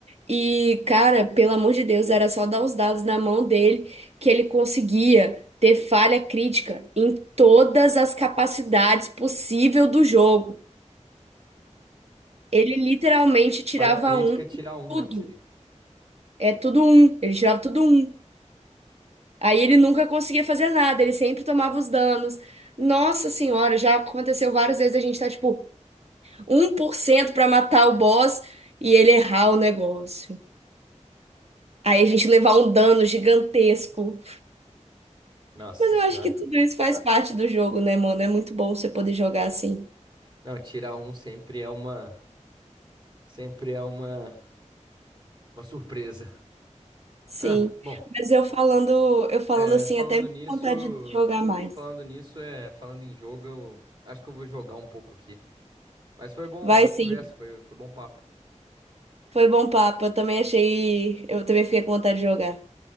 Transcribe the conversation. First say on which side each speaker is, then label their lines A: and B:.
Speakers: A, on the right (about 55°); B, on the right (about 40°).
A: e, cara, pelo amor de Deus, era só dar os dados na mão dele que ele conseguia ter falha crítica em todas as capacidades possível do jogo. Ele literalmente tirava
B: Falha crítica,
A: um em
B: tirar um,
A: tudo.
B: né? Você disse.
A: É tudo um. Ele tirava tudo um. Aí ele nunca conseguia fazer nada, ele sempre tomava os danos. Nossa senhora, já aconteceu várias vezes a gente tá tipo um por cento pra matar o boss e ele errar o negócio. Aí a gente levar um dano gigantesco.
B: Nossa
A: Mas eu
B: senhora.
A: acho que tudo isso faz parte do jogo, né, mano? É muito bom você poder jogar assim.
B: Não, tirar um sempre é uma. Sempre é uma. Uma surpresa.
A: Sim.
B: Ah, bom.
A: Mas eu falando, eu falando
B: é,
A: assim,
B: falando
A: até me dá
B: nisso.
A: vontade de jogar mais.
B: Falando nisso, é. Falando em jogo, eu acho que eu vou jogar um pouco aqui. Mas foi bom,
A: Vai
B: boa
A: sim.
B: conversa, foi, foi bom papo.
A: Foi bom papo. Eu também achei, eu também fiquei com vontade de jogar.